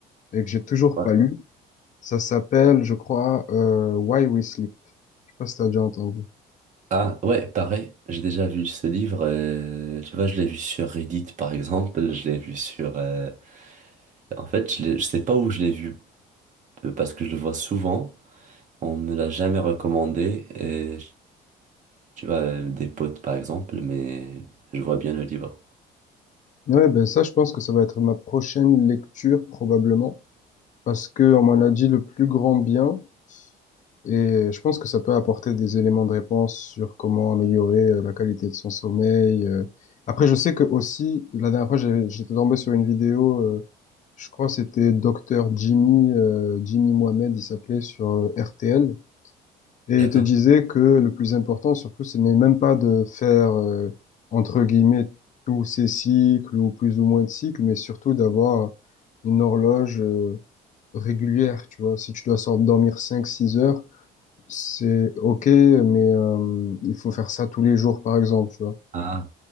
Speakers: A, on the left; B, on the right.
A: et que j'ai toujours
B: Ouais.
A: pas lu. Ça s'appelle, je crois, euh, Why We Sleep. Je sais pas si t'as déjà entendu.
B: Ah ouais, pareil, j'ai déjà vu ce livre, euh, tu vois, je l'ai vu sur Reddit par exemple, je l'ai vu sur... euh, En fait, je l'ai- je sais pas où je l'ai vu, euh, parce que je le vois souvent, on me l'a jamais recommandé, et, tu vois, euh, des potes par exemple, mais je vois bien le livre.
A: Ouais, ben ça, je pense que ça va être ma prochaine lecture probablement, parce que on m'en a dit le plus grand bien. Et je pense que ça peut apporter des éléments de réponse sur comment améliorer euh, la qualité de son sommeil. euh. Après, je sais que aussi, la dernière fois, j'ai- j'étais tombé sur une vidéo, euh, je crois que c'était Docteur Jimmy, euh, Jimmy Mohamed, il s'appelait sur euh, RTL. Et
B: D'accord.
A: il te disait que le plus important, surtout, ce n'est même pas de faire, euh, entre guillemets, tous ces cycles ou plus ou moins de cycles, mais surtout d'avoir une horloge, euh, régulière, tu vois. Si tu dois sor- dormir cinq six heures, c'est ok, mais euh, il faut faire ça tous les jours, par exemple, tu vois.
B: Ah.